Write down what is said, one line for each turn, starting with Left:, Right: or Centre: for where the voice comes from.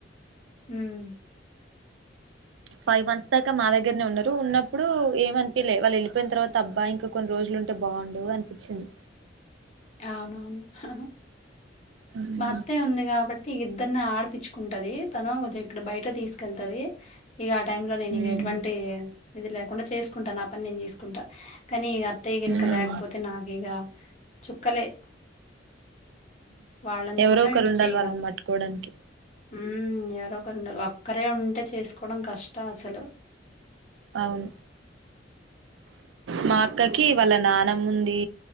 Left: హ్మ్
Right: ఫైవ్ మంత్స్ దాకా మా దగ్గరనే ఉన్నారు ఉన్నప్పుడు ఏమనిపిలే వాళ్ళు వెళ్ళపోయిన తర్వాత అబ్బా ఇంక కొన్ని రోజులు ఉంటే బాగుండు అనిపించింది.
Left: అవునవును.
Right: మ్మ్
Left: మా అత్తయ్య ఉంది కాబట్టి ఇద్దరిని ఆడిపిచ్చు ఉంటది తను కొంచెం ఇక్కడ బయట తీసుకెళ్తది ఇక ఆ టై లో నేను
Right: మ్మ్
Left: ఇక ఎటువంటి ఇది లేకుండా చేసుకుంటాను నా పని నేను చేసుకుంటాను కానీ ఇక అత్తయ్యగనుక
Right: మ్మ్
Left: లేకపోతే నాకు ఇగ చుక్కలే వాళ్లను
Right: ఎవరో
Left: చూడడం
Right: ఒకరు
Left: ఇటు
Right: ఉండాలి
Left: చెయడం
Right: వాళ్ళని పట్టుకోవడానికి
Left: ఉ ఎవరో ఒక ఉండాలి ఒక్కరే ఉంటే చేసుకోవడం కష్టం అసలు
Right: అవును మా అక్కకి వాళ్ళ నానమ్మ ఉంది